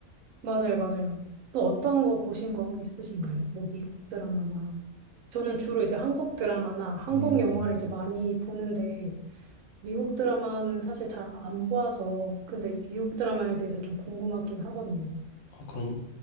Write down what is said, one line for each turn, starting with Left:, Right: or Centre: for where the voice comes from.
Right: 맞아요, 맞아요. 또 어떤 거 보신 거 있으신가요? 뭐 미국 드라마나. 저는 주로 이제 한국 드라마나 한국
Left: 음,
Right: 영화를 이제 많이 보는데 미국 드라마는 사실 잘 안 봐서 근데 미국 드라마에 대해서 좀 궁금하긴 하거든요.
Left: 어, 그럼